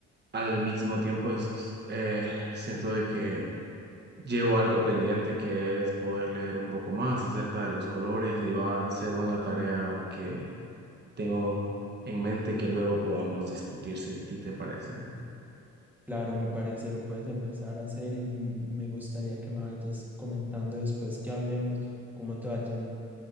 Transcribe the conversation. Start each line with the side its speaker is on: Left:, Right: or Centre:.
Right: al mismo tiempo es- eh, siento de que llevo algo pendiente que es poder leer un poco más acerca de los colores y va a ser una tarea que tengo en mente que luego podamos discutir si a ti te parece.
Centre: Claro, me parece, lo puedes empezar a hacer y me gustaría que me vayas comentando después que hablemos cómo te va yendo.